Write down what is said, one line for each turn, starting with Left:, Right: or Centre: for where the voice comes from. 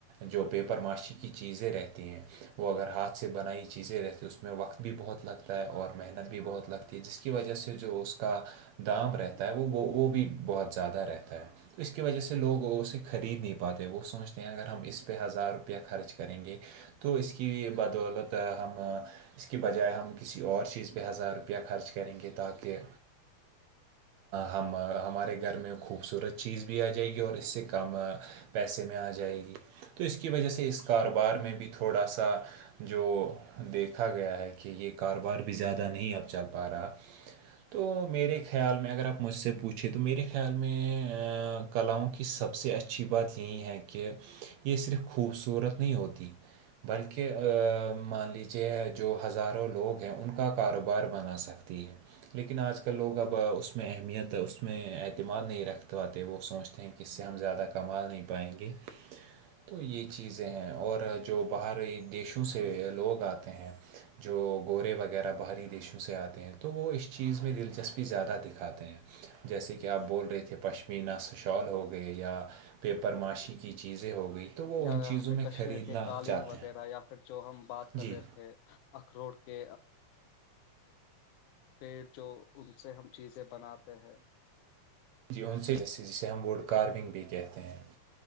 Right: جو پیپر معاشی کی چیزیں رہتی ہیں وہ اگر ہاتھ سے بنائی چیزیں رہتی اس میں وقت بھی بہت لگتا ہے اور محنت بھی بہت لگتا ہے تھی جس کی وجہ سے جو اس کا دام رہتا ہے وہ وہ بھی بہت زیادہ رہتا ہے تو اس کی وجہ سے سے لوگ اسے خرید نہیں پاتے وہ سوچتے ہیں اگر ہم اس پہ ہزار روپیہ خرچ کریں گے تو اس کی بدولت ہم اس کی بجائے ہم کسی اور چیز پہ ہزار روپیہ خرچ کریں گے تاکہ ہم ہمارے گھر میں خوبصورت چیز بھی آ جائے گی کہ اور اس سے کم پیسے میں آ جائے گی تو اس کی وجہ سے اس کاروبار میں بھی تھوڑا سا جو دیکھا گیا ہے کہ یہ کاروبار بھی زیادہ نہیں اب چل پا رہا تو میرے خیال میں اگر آپ مجھ سے پوچھیں تو میرے خیال میں کلاؤں کی سب سے اچھی بات یہی ہے کہ یہ صرف خوبصورت نہیں ہوتی بلکہ مان لیجیے جو ہزاروں لوگ ہیں ان کا کاروبار بنا سک تی ہے <unintelligible> لیکن آج کل لوگ اب اس میں اہمیت اس میں اعتماد نہیں رکھ پاتے وہ سوچ کہ اس سے ہم زیادہ کما نہیں پائیں گے تو یہ چیزیں ہیں اور جو باہر دیشوں سے لوگ آتے ہیں جو گورے وغیرہ باہری دیشوں سے آتے ہیں تو وہ اس چیز میں دلچسپی زیادہ دکھاتے ہیں
Left: ہ <unintelligible>
Right: جیسے کہ آپ بول رہے تھے پشم مینا سشال ہو گئے یا پیپر ماشی کی چیزیں ہو گئی تو وہ
Left: یا
Right: ان
Left: یہاں
Right: چیزوں
Left: پہ
Right: میں
Left: کشمیر
Right: خریدنا
Left: کے قالین
Right: چاہتے
Left: وغیرہ
Right: ہیں
Left: یا پھر جو ہم بات کر
Right: جی
Left: رہے تھے اخروٹ کہ پیٹ جو ان سے ہم چیزیں بناتے ہیں
Right: جیون سے جسے ہم ووڈ کارونگ بھی کہتے ہیں